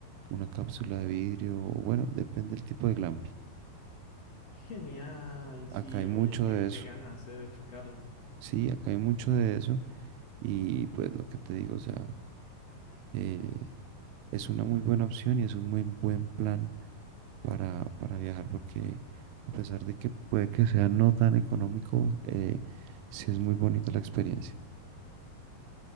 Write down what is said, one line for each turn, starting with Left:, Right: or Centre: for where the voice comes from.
Right: una cápsula de vidrio o bueno, depende del tipo de glamping.
Left: Qué Genial,
Right: Acá
Left: sí,
Right: hay mucho
Left: oye, qué,
Right: de
Left: qué
Right: eso.
Left: ganas, eh, de checarlo.
Right: Sí, acá hay mucho de eso y pues lo que te digo, o sea, eh, es una muy buena opción y es un muy buen plan para, para viajar porque a pesar de que puede que sea no tan económico, eh, sí es muy bonita la experiencia.